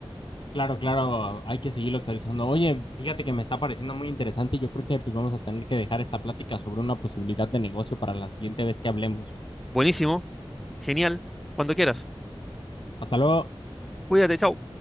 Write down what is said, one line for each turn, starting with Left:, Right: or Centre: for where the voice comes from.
Left: Claro, claro, hay que seguirlo actualizando. Oye, fíjate que me está pareciendo muy interesante. y Yo creo que pues vamos a tener que dejar esta plática sobre una posibilidad de negocio para la siguiente vez que hablemos.
Centre: Buenísimo, genial, cuando quieras.
Left: Hasta luego.
Centre: Cuídate, chao.